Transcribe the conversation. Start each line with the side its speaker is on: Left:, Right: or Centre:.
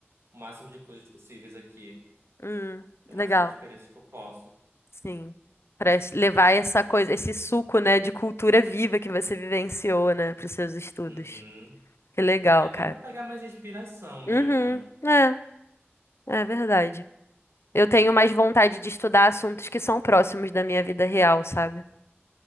Right: o máximo de coisas possíveis aqui.
Left: Uhum.
Right: Ter
Left: Legal.
Right: o máximo de experiência que eu posso.
Left: Sim. Pra es- levar essa coisa, esse suco, né, de cultura viva que você vivenciou, né, pros seus estudos.
Right: Uhum.
Left: Que legal,
Right: E até
Left: cara.
Right: pra pegar mais inspiração mesmo,
Left: Uhum.
Right: né?
Left: É, é verdade. Eu tenho mais vontade de estudar assuntos que são próximos da minha vida real, sabe?